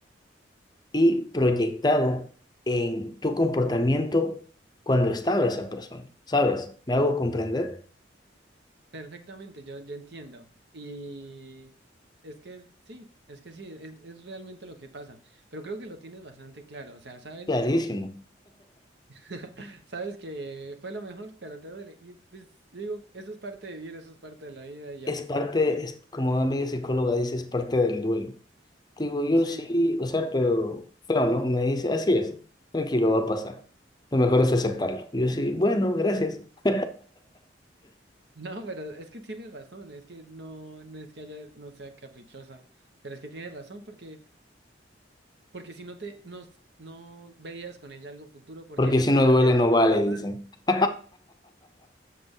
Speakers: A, on the left (about 20°); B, on the right (about 65°).
A: y proyectado en tu comportamiento cuando estaba esa persona, ¿sabes? ¿Me hago comprender?
B: Perfectamente, yo, yo entiendo. Y es que sí, es que sí, es, es realmente lo que pasa. Pero creo que lo tienes bastante claro. O sea, sabes,
A: Clarísimo.
B: <laughs> sabes que fue lo mejor, pero te duele. Y pues digo, eso es parte de vivir, eso es parte de la vida y
A: Es
B: así
A: parte,
B: tiene que ser.
A: es, como una amiga psicóloga dice, es parte del duelo. Digo, yo
B: Sí.
A: sí, o sea, pero feo, ¿no? Me dice, así es, tranquilo, va a pasar. Lo mejor
B: <laughs>
A: es
B: Ujú.
A: aceptarlo. Yo sí, bueno, gracias. <laughs>
B: No, pero es que tienes razón, es que no, no es que haya, no sea caprichosa, pero es que tienes razón porque, porque si no te, no, no veías con ella algo futuro, porque
A: Porque
B: ella
A: si
B: no
A: no
B: iba a cambiar
A: duele, no vale,
B: jamás.
A: dicen. <laughs>